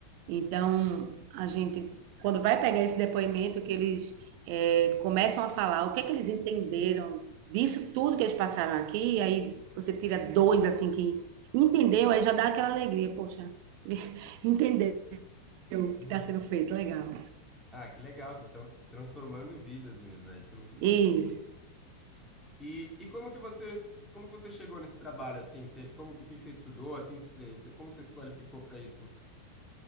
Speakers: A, on the right; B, in the centre.
A: Então, a gente, quando vai pegar esse depoimento, que eles eh, começam a falar o que é que eles entenderam disso tudo que eles passaram aqui, e aí você tira dois, assim, que entendeu, aí já dá aquela alegria, poxa, <laughs> entendeu o
B: <laughs>
A: que está sendo feito, legal.
B: Ah, que legal, vocês estão transformando vidas mesmo, né? Isso é muito importante.
A: Isso.
B: E, e como que você, como que você chegou nesse trabalho, assim? Você, como, o que que você estudou, assim? Você, você- como você se qualificou para isso?